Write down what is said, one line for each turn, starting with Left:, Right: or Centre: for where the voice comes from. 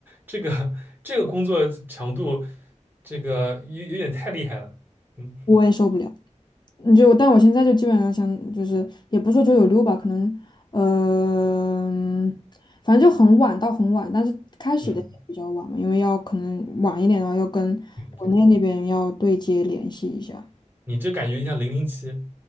Right: 这个 <laughs> 这个工作强度，这个有有点太厉害了。嗯
Left: 我也受不了。你就，但我现在就基本上想，就是也不是说九九六吧，可能，嗯，反正就很晚到很晚，但是开始的也比较晚嘛，
Right: 嗯，
Left: 因为要可能晚一点，然后要跟国内那边要对接联系一下。
Right: 对对，你这感觉像零零七